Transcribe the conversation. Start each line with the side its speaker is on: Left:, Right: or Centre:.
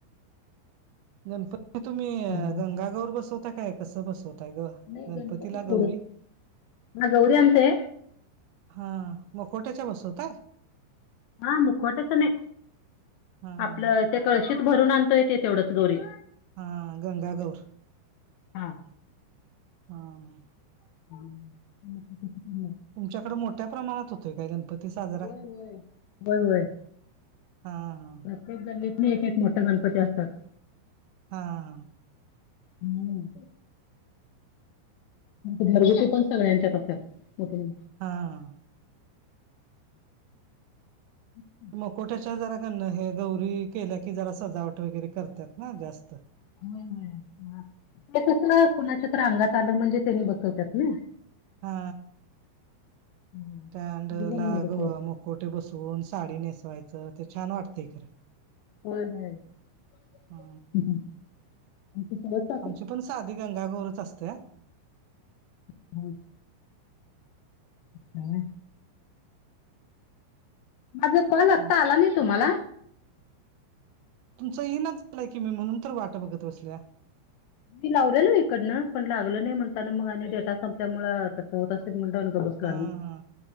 Right: गणपती तुम्ही
Left: सणाला
Right: गंगा गवर बसवता काय कसं बसवत ताय ग
Left: नाही
Right: गणपती ला
Left: तेवढंच
Right: गौरी
Left: हा गौरी आणते
Right: हा मकोट्याच्या बसवताय.
Left: हा मुखवट्याचं नाही
Right: हा हा
Left: आपलं ते कळशीत भरून आणतोयं ते तेवढंच गौरी
Right: हा गंगा गौर.
Left: हां
Right: हा हा.
Left: <unintelligible>
Right: तुमच्याकड मोठ्या प्रमाणात होतोय काय गणपती साजरा.
Left: होय होय होय होय
Right: हा हा
Left: प्रत्येक गल्लीत नी एक एक मोठा गणपती असतात.
Right: हा हां
Left: हम्म घरगुती पण सगळ्यांच्यात असतात मोठे
Right: हा हा
Left: अच्
Right: मकोट्याच्या जरा गण हे गौरी केल्या की जरा सजावट वगैरे करतात ना जास्त
Left: हो हो ते कस कोणाच्या तर अंगात आलं म्हणजे त्यांनी बसवतात ना.
Right: हा
Left: हम्म.
Right: स्टॅड
Left: सगळीजण
Right: लागू
Left: नाही बसवत
Right: मुक कोोठे बसवून साडी नेसवायचं ते छान वाटतं इ खरां.
Left: <unintelligible>
Right: हा
Left: <inaudible>
Right: आमची पण साधी गंगागोरच असते.
Left: ह हम. हा्. माझा कॉल आत्ता
Right: हा
Left: आला नाही तुम्हाला
Right: तुमचं इनच झालंय की मी म्हणून तर वाट बघत बसल्या.
Left: मी लावलेलो इकडनं पण लागल नाही म्हणताना मग आणि डेटा संपल्यामु तसं होत असेल म्हण. बसला
Right: हा हा